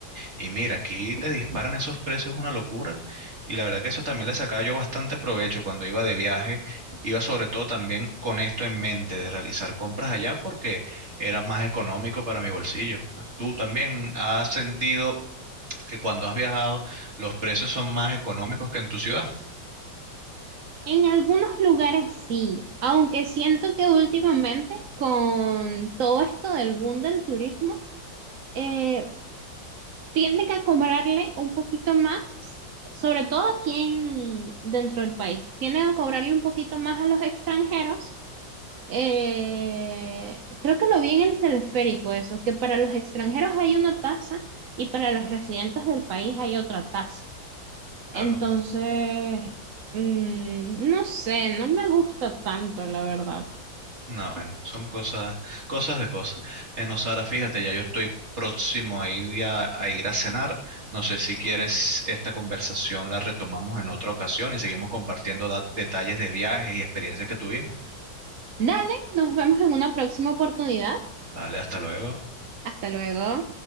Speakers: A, on the right (about 35°); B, on the right (about 55°).
A: y mira, aquí te disparan esos precios, es una locura. Y la verdad que eso también le sacaba yo bastante provecho cuando iba de viaje. Iba sobre todo también con esto en mente de realizar compras allá porque era más económico para mi bolsillo. ¿Tú también has sentido que cuando has viajado los precios son más económicos que en tu ciudad?
B: En algunos lugares sí, aunque siento que últimamente con todo esto del boom del turismo, eh, tienden a cobrarle un poquito más, sobre todo aquí en, dentro del país, tienden a cobrarle un poquito más a los extranjeros Eh, creo que lo vi en el teleférico eso, que para los extranjeros hay una tasa y para los residentes del país hay otra tasa.
A: Claro.
B: Entonces, mm, no sé, no me gusta tanto, la verdad.
A: No, bueno, son cosas, cosas de cosas. Bueno, Sara, fíjate, ya yo estoy próximo a ir a, a ir a cenar. No sé si quieres esta conversación la retomamos en otra ocasión y seguimos compartiendo da- detalles de viajes y experiencias que tuvimos.
B: Dale, nos vemos en una próxima oportunidad.
A: Vale, hasta luego.
B: Hasta luego.